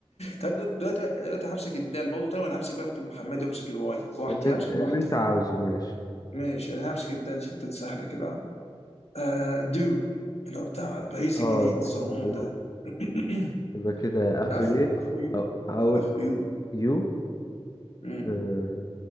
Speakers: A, on the left; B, on the left.
A: طيب دلوقتي دلوقتي دلوقتي همسك الدال برضه طيب ولا همسك بقى ممكن محمد وامسك الواي براحتي
B: اللي, انت-
A: همسك
B: اللي
A: براحتي
B: انت عاوزه ماشي
A: ماشي انا همسك الدال عشان الدال سهله كده آه دو اللي هو بتاع باريس
B: اه
A: الجديد
B: د-
A: صنون
B: دول
A: ده <clears throat>
B: يبقى كده اخره
A: ده اخو
B: ايه
A: اخو يو
B: أو- هقول
A: اخو يو
B: يو
A: امم
B: آه،